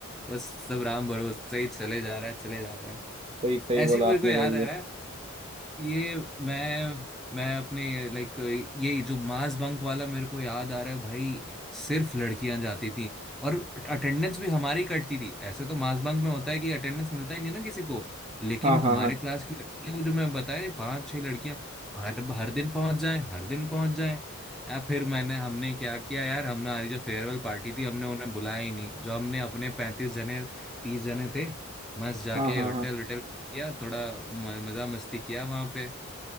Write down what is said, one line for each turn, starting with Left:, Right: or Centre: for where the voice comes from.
Centre: बस सब राम भरोसे ही चले जा रहा है चले जा रहा है
Right: सही सही बोला
Centre: ऐसी मेरे
Right: आपने
Centre: को याद
Right: भाई
Centre: आ
Right: ये
Centre: रहा है ये मैं मैं अपने लाइक ये जो मास बंक वाला मेरे को याद आ रहा है भाई सिर्फ लड़कियां जाती थी और अटेंडेंस भी हमारी कटती थी ऐसे तो मास बंक में होता है कि अटेंडेंस मिलता ही नहीं ना किसी को लेकिन
Right: हाँ
Centre: हमारे
Right: हाँ हाँ
Centre: क्लास की लड़कियां वो जो मैं बताया पांच छह लड़कियां हर हर दिन पहुंच जाए हर दिन पहुंच जाए या फिर मैंने हमने क्या किया यार हमने हमारी जो फेयरवेल पार्टी थी हमने उन्हें बुलाया ही नहीं जो हमने अपने पैंतीस जने तीस जने थे मस्त जाके
Right: हाँ हाँ
Centre: होटल
Right: हाँ
Centre: होटल किया थोड़ा म- मजा मस्ती किया वहां पे